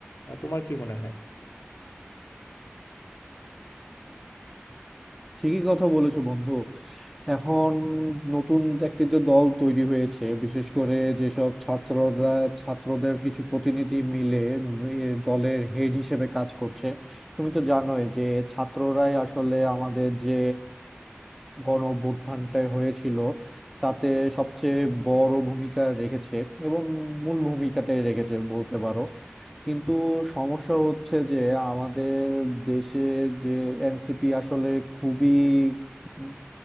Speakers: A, on the left; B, in the centre.
A: আহ, তোমার কি মনে হয়
B: ঠিকই কথা বলেছো বন্ধু এখন নতুন একটি যে দল তৈরি হয়েছে বিশেষ করে যেসব ছাত্ররা ছাত্রদের কিছু প্রতিনিধি মিলে এ দলের হেড হিসেবে কাজ করছে তুমি তো জানোই যে ছাত্ররাই আসলে আমাদের যে গণ অভ্যুত্থানটা হয়েছিল তাতে সবচেয়ে বড় ভূমিকা রেখেছে এবং মূল ভূমিকাটাই রেখেছে বলতে পারো কিন্তু সমস্যা হচ্ছে যে আমাদের দেশে যে এনসিপি আসলে খুবই উম